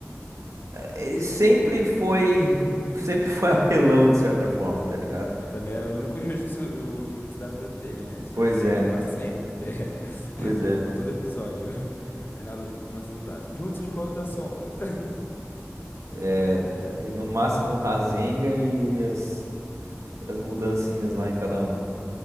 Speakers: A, on the right (about 80°); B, on the left (about 40°).
A: eh, sempre foi, <laughs> sempre foi apelão de certa forma, tá ligado?
B: Mas também era o único jutsu, o jutsu da vida dele, né? Esse
A: Pois
B: jutsu aí
A: é,
B: era pra sempre.
A: pois
B: <laughs>
A: é.
B: Com todo episódio. Aí Naruto começa a lutar. Jutsu de Clone das Sombras. <laughs>
A: É, daí no máximo o Rasengan e, e as, as mudancinhas lá em cada um.